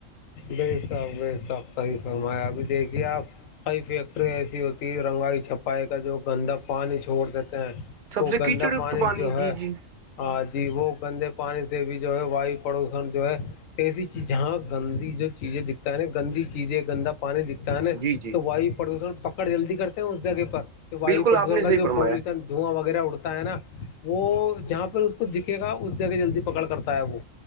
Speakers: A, on the left; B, on the right.
A: بے شک بے شک صحیح فرمایا ابھی دیکھیے آپ کئی فیکٹریاں ایسی ہوتی ہے رنگائی چھپائی کا جو گندا پانی چھوڑ دیتے ہیں
B: سب
A: وہ
B: سے
A: گندا
B: کیچڑ یکت
A: پانی جو
B: جی
A: ہے
B: جی
A: ہاں جی وہ گندے پانی سے بھی جو ہے وایو پردوشن جو ہے ایسی چیز جہاں گندی چیزیں دکھتا ہے نا گندی چیزیں گندا پانی دکھتا ہے نا
B: جی جی
A: تو وایو پردوشن پکا جلدی کرتے ہیں اس جگہ پر واو
B: بالکل
A: پردوشن
B: آپ نے صحیح
A: کا جو
B: فرمایا
A: پالوشن دھواں وغیرہ اڑتا ہے نا وہ جہاں پہ اس کو دکھے گا اس جگہ جلدی پکڑ کرتا ہے وہ